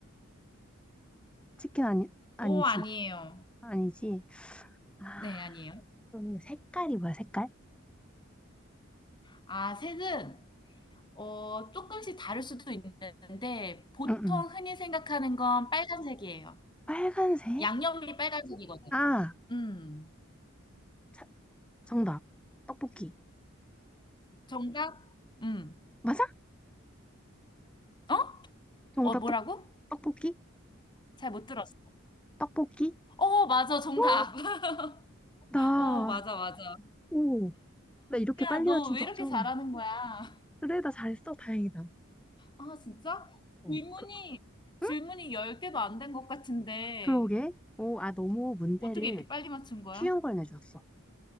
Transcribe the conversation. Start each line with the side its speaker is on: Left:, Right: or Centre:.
Centre: 치킨 아니,
Left: 오,
Centre: 아니지.
Left: 아니에요.
Centre: 아니지. 아,
Left: 네, 아니에요.
Centre: 그럼 색깔이 뭐야, 색깔?
Left: 아, 색은, 어, 조금씩 다를 수도 있는데, 보통
Centre: 응응.
Left: 흔히 생각하는 건 빨간색이에요.
Centre: 빨간색?
Left: 양념이 빨간색이거든.
Centre: 아,
Left: 음.
Centre: 자, 정답. 떡볶이.
Left: 정답? 음.
Centre: 맞아?
Left: 어?
Centre: 정답,
Left: 어, 뭐라고?
Centre: 떡, 떡볶이?
Left: 잘 못 들었어.
Centre: 떡볶이?
Left: 어, 맞아, 정답.
Centre: 와,
Left: <laughs>
Centre: 나,
Left: 어, 맞아, 맞아.
Centre: 오, 나 이렇게 빨리
Left: 야, 너
Centre: 맞춘
Left: 왜
Centre: 적
Left: 이렇게
Centre: 처음이야.
Left: 잘하는 거야? <laughs>
Centre: 그래, 나 잘했어. 다행이다.
Left: 아, 진짜?
Centre: 어,
Left: 질문이,
Centre: 그,
Left: 질문이
Centre: 응?
Left: 10개도 안 된 것 같은데,
Centre: 그러게. 오, 아, 너무 문제를
Left: 어떻게 이렇게 빨리 맞춘 거야?
Centre: 쉬운 걸 내줬어.